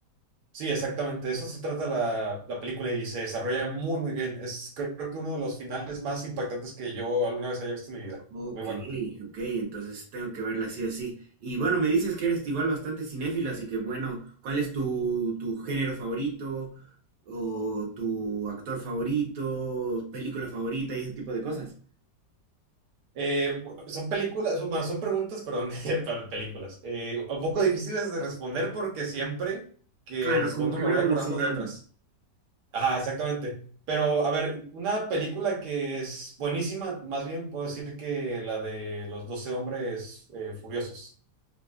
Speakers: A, on the right (about 60°); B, on the right (about 80°).
A: Sí, exactamente. De eso se trata la, la película y se desarrolla muy, muy bien. Es creo que uno de los finales más impactantes que yo alguna vez haya visto en mi vida.
B: Ok,
A: Muy bueno.
B: ok, entonces tengo que verla así así. Y bueno, me dices que eres igual bastante cinéfila, así que bueno, ¿cuál es tu, tu género favorito o tu actor favorito, película favorita y ese tipo de cosas?
A: Eh, son películas, bueno, son preguntas, perdón, <laughs> para películas. Eh, un poco difíciles de responder porque siempre que
B: Claro,
A: respondo
B: como que
A: me
B: va
A: voy
B: evolucionando.
A: acordando de otras. Ajá, exactamente. Pero, a ver, una película que es buenísima, más bien puedo decir que la de los 12 hombres eh, furiosos.